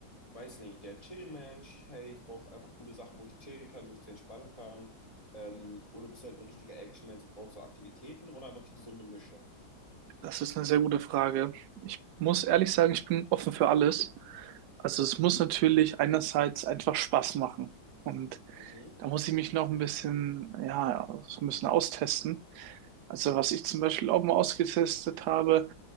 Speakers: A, on the left; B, on the right.
A: weiß nicht, der Chillmensch? Hey, ich brauche einfach coole Sachen, wo ich chillen kann, wo ich zu entspannen kann. Ähm, oder bist du halt ein richtiger Actionmensch und brauchst so Aktivitäten oder einfach die gesunde Mischung?
B: Das ist eine sehr gute Frage. Ich muss ehrlich sagen, ich bin offen für alles. Also es muss natürlich einerseits einfach Spaß machen. Und
A: Mhm,
B: Da muss ich mich noch ein bisschen, ja, so ein bisschen austesten. Also was ich zum Beispiel auch mal ausgetestet habe,